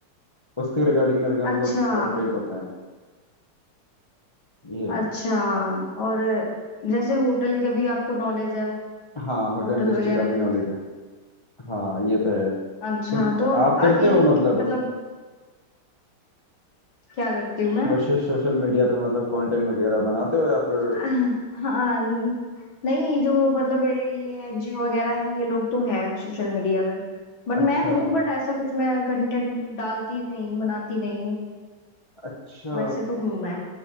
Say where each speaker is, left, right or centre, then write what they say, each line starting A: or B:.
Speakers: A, on the left; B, on the left.
A: उसके रिगार्डिंग मेरे का
B: अच्छा
A: मतलब कंटेंट होता है ये है
B: अच्छा और जैसे होटल के भी आपको नॉलेज है
A: हाँ होटल
B: होटल
A: इंडस्ट्री
B: वगैरह
A: का भी नॉलेज
B: की
A: है हाँ ये तो है
B: अच्छा
A: तो
B: तो अब
A: आप करते
B: आगे
A: हो
B: क-
A: मतलब
B: मतलब क्या करती हूँ मैं
A: सोशल सोशल मीडिया पे मतलब कंटेंट वगैरह बनाते हो या फिर
B: हाँ नहीं जो मतलब मेरे ये एनजीओ वगैरह है ये लोग तो हैं सोशल मीडिया पे बट
A: अच्छा
B: मैं हूँ बट ऐसा कुछ मैं कंटेंट डालती नहीं हूँ बनाती नहीं हूँ
A: अच्छा
B: वैसे तो हूँ मैं